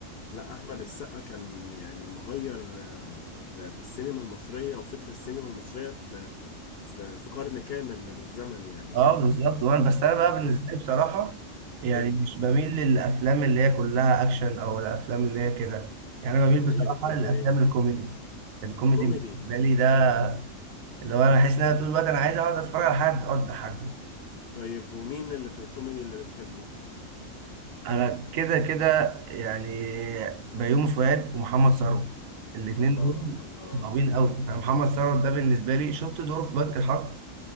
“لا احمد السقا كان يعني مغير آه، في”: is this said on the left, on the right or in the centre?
Left